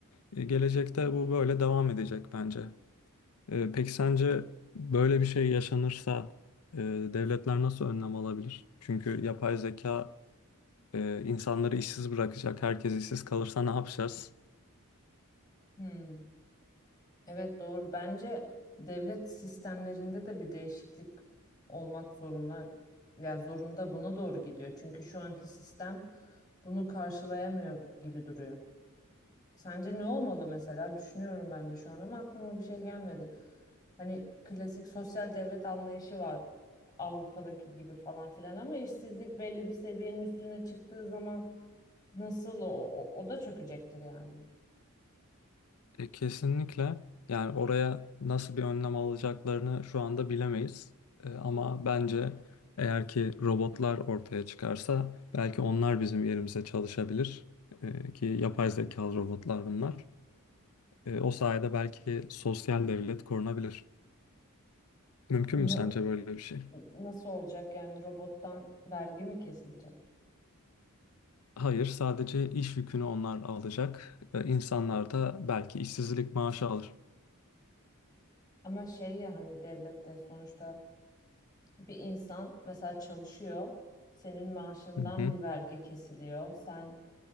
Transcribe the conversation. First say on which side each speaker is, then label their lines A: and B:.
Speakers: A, on the left; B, on the left.
A: E, Gelecekte bu böyle devam edecek bence. Ee, peki sence böyle bir şey yaşanırsa e, devletler nasıl önlem alabilir? Çünkü yapay zeka e, insanları işsiz bırakacak. Herkes işsiz kalırsa ne yapacağız?
B: Hmm. Evet doğru. Bence devlet sistemlerinde de bir değişiklik olmak zorunda. Yani zorunda buna doğru gidiyor. Çünkü şu anki sistem bunu karşılayamıyor gibi duruyor. Sence ne olmalı mesela? Düşünüyorum ben de şu an ama aklıma bir şey gelmedi. Hani klasik sosyal devlet anlayışı var. Avrupa'daki gibi falan filan ama işsizlik belli bir seviyenin üstüne çıktığı zaman Nasıl o, o, o da çökecektir yani.
A: E, kesinlikle yani oraya nasıl bir önlem alacaklarını şu anda bilemeyiz. E, ama bence eğer ki robotlar ortaya çıkarsa belki onlar bizim yerimize çalışabilir. E, ki yapay zekalı robotlar bunlar. E, o sayede belki sosyal devlet korunabilir. Mümkün
B: Na-
A: mü sence böyle bir şey?
B: nasıl olacak yani robottan vergi mi kesilecek?
A: Hayır, sadece iş yükünü onlar alacak. Ee, İnsanlar da belki işsizlik maaşı alır.
B: Ama şey ya hani devlette sonuçta bir insan mesela çalışıyor, senin maaşından
A: Hı hı,
B: bir vergi kesiliyor. Sen